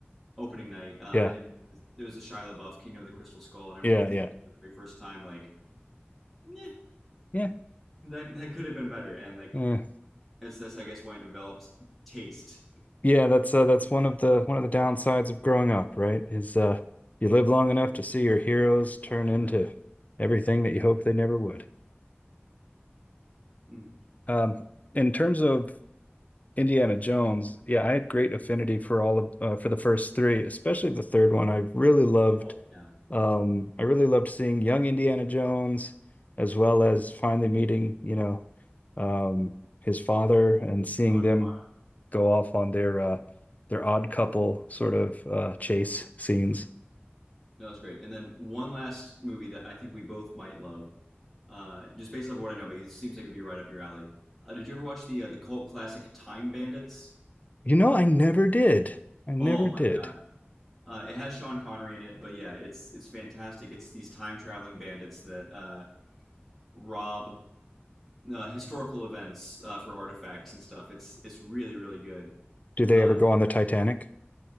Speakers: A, in the centre; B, on the left.
A: opening night, uh,
B: Yeah.
A: and it was a Shia LaBeouf Kingdom of the Crystal Skull, and I
B: Yeah.
A: remember thinking
B: Yeah.
A: for the very first time like, yeah,
B: Yeah.
A: that that could have been better, and like
B: Yeah.
A: it's that's I guess why I developed taste.
B: Yeah. That's uh, that's one of the one of the downsides of growing up, right? Is uh, you live long enough to see your heroes turn into everything that you hope they never would.
A: Mm.
B: Um, in terms of Indiana Jones, yeah, I had great affinity for all of uh, for the first three, especially the third one. I really loved.
A: Oh, yeah.
B: Um, I really loved seeing young Indiana Jones, as well as finally meeting, you know, um, his father, and seeing
A: Sean
B: them
A: Connery.
B: go off on their uh, their odd couple sort of uh, chase scenes.
A: No, that was great. And then one last movie that I think we both might love, uh, just based off of what I know, but it seems like it'd be right up your alley. Uh, did you ever watch the uh, the cult classic Time Bandits?
B: You know, I never did. I never
A: Oh my
B: did.
A: god. Uh, it has Sean Connery in it, but yeah, it's it's fantastic. It's these time traveling bandits that uh, rob uh, historical events uh, for artifacts and stuff. It's it's really really good.
B: Do they
A: Uh,
B: ever go on the Titanic?